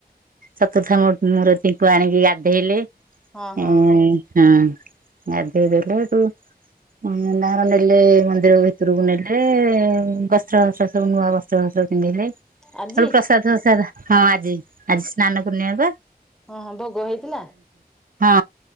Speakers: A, on the right; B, in the centre.
A: ଚତୁର୍ଥା ମୂର୍ ମୂରତିଙ୍କୁ ଆଣିକି ଗାଧେଇଲେ।
B: ହଁ ହଁ
A: ଏଁ
B: ହଁ।
A: ହଁ। ଗାଧେଇ ଦେଲେ ହେଟୁ <unintelligible> ନେଲେ ମନ୍ଦିର ଭିତୁରୁକୁ ନେଲେ ଗସ୍ତ୍ର <unintelligible> ସବୁ ନୂଆ ବସ୍ ସ୍ତ୍ର ଫସ୍ତ୍ର ପିନ୍ଧେଇଲେ
B: ଆଜି?
A: ହେଟୁ ପ୍ରସାଦ ସାରା ହଁ ଆଜି ଆଜି ସ୍ନାନ ପୂର୍ଣିମାପା।
B: ଓହୋଁ ଭୋଗୋ ହେଇଥିଲା?
A: ହଁ